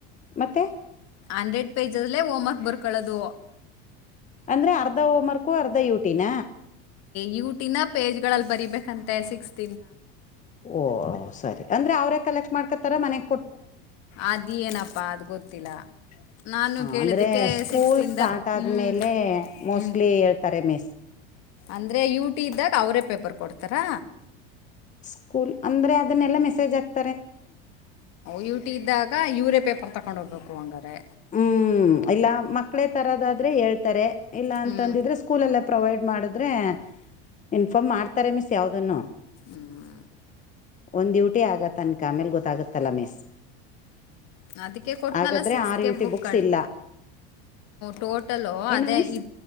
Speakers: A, on the left; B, on the left.
A: ಮತ್ತೆ
B: ಹಂಡ್ರೆಡ್ ಪೇಜಲ್ಲೇ ಹೋಮ್ ವರ್ಕ್ ಬರ್ಕೊಳ್ಳೋದು.
A: ಅಂದ್ರೆ ಅರ್ಧ ಓಮರ್ಕೂ ಅರ್ಧ ಯುಟಿನ.
B: ಯು ಟಿನ ಪೇಜ್ ಗಳಲ್ಲಿ ಬರಿಬೇಕಂತೆ ಸಿಕ್ಸ್ತ್
A: ಓ ಸರಿ ಅಂದ್ರೆ ಅವ್ರೇ ಕಲೆಕ್ಟ್ ಮಾಡ್ಕೊತಾರ ಮನೆ
B: ಅದ್ ಏನಪ್ಪಾ ಅದು್ ಗೊತ್ತಿಲ್ಲ ನಾನು
A: ಹ
B: ಕೇಳದಕ್ಕೆ
A: ಅಂದ್ರೆ ಸ್ಕೂಲ್
B: ಸಿಕ್ಸ್ಿಂದ
A: ಸ್ಟಾರ್ಟ್ ಆದ್ಮೇಲೆ
B: ಹ್ಮ್
A: ಮೋಸ್ಟ್ಲಿ
B: ಹ್ಮ್
A: ಹೇಳ್ತಾರೆ ಮಿಸ್
B: ಅಂದ್ರೆ ಯುಟ್ದಾಗ ಅವರೇ ಪೇಪರ್ ಕೊಡ್ತಾರಾ
A: ಸ್ಕೂಲ್ ಅಂದ್ರೆ ಅದನ್ನೆಲ್ಲಾ ಮೆಸೇಜ್ ಆಕ್ತ
B: ಯು ಟಿ ಇದ್ದಾಗ ಯುರೇ ಪೇಪರ್ ತಗ ಕೊಂಡೋೋಗಬೇಕು ಹಂಗಾರೆ
A: ಹ್ಮ್ ಇಲ್ಲ ಮಕ್ಕಳೇ ತರದಾದ್ರೆ ಹೇಳ್ತಾರೆ ಇಲ್ಲ
B: ಹ್ಞೂ
A: ಅಂತಂದಿದ್ರೆ ಸ್ಕೂಲ್ಲ್ಲ ಪ್ರೊವೈಡ್ ಮಾಡಿದ್ರೆ ಇನ್ಫಾರ್ಮ್ ಮಾಡ್ತಾರೆ ಮಿಸ್ ಯಾವ್ದನ್ನು
B: ಹ್ಞೂ
A: ಒಂದ್ ಡೂಟಿ ಆಗತ್ತ ಅನ್ಕ ಆಮೇಲೆ ಗೊತ್ತಾಗತ್ತಲ್ಲಾ ಮಿಸ್
B: ಅದಕ್ಕೆ ಕೊಟ್ನಲ್ಲ
A: ಹಾಗಾದ್ರೆ
B: six
A: R UT
B: book
A: books ಇಲ್ಲ
B: ಟೋಟಲ್
A: ಏನು
B: ಅದೇ
A: ಮಿಸ್
B: ಇ